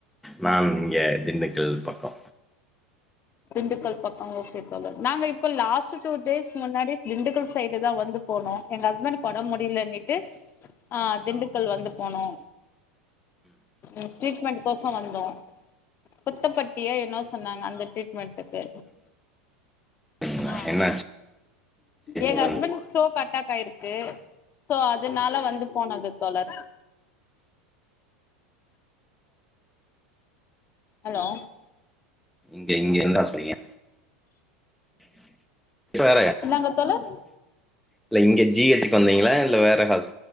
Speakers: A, in the centre; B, on the left (about 35°).
A: நான் இங்க திண்டுக் கல் பக்கோ
B: திண்டுக்கல் பக்கோ ஒகே தோழர் நாங்க இப்ப லாஸ்ட் டூ டேஸ் முன்னாடி திண்டுக்கல் சைடு தா வந்து போனோ எங்க ஹஸ்பண்ட்க்கு ஒடம்பு முடியலன்னிட்டு ஆ திண்டுக்கல் வந்து போனோ ம் ட்ரீட்மெண்ட் கோசோ வந்தோ குத்தப்பட்டியா என்னவ் சொன்னாங்க ட்மென்ட்க்கு
A: அப்படிங்களா
B: ஆஹ்
A: என்னாச்சு
B: எங்க
A: உடம்பு?
B: ஹஸ்பண்ட்டுக்கு ஸ்ட்ரோக் அட்டாக் ஆயிருக்கு சோ அதனால வந்து போனது தோழர் ஹலோ
A: இங்க இங் க என்னா சொன்னீங்க வேறயா
B: என்னங்க தோழர்
A: இல்ல இங்க ஜி ஹெச் க்கு வந்தீங்களா இல்ல வேற ஹாஸ்